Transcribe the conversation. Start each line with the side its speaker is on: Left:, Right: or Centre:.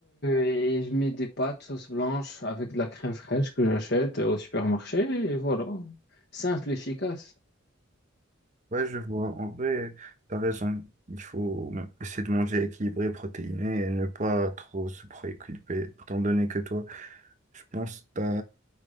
Left: et je mets des pâtes sauce blanche avec de la crème fraîche que j'achète euh, au supermarché, et voilà. Simple, efficace.
Right: Ouais, je vois. En vrai, t'as raison. Il faut essayer de manger équilibré, protéiné et ne pas trop se préoccuper, étant donné que toi, je pense que